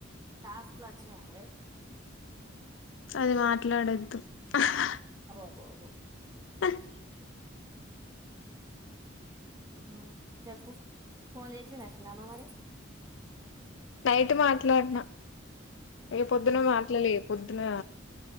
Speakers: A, on the right; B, on the left.
A: టాస్క్ లచ్చినయ్య మరి
B: అది మాట్లాడొద్దు హ
A: అబో బో బో
B: అహ్
A: ఏం కావాలి చెప్పు ఫోన్ చేసి నచ్చినమా మరి
B: నైట్ మాట్లాడిన ఏ పొద్దున
A: అవునా
B: మాట్లాలే పొద్దున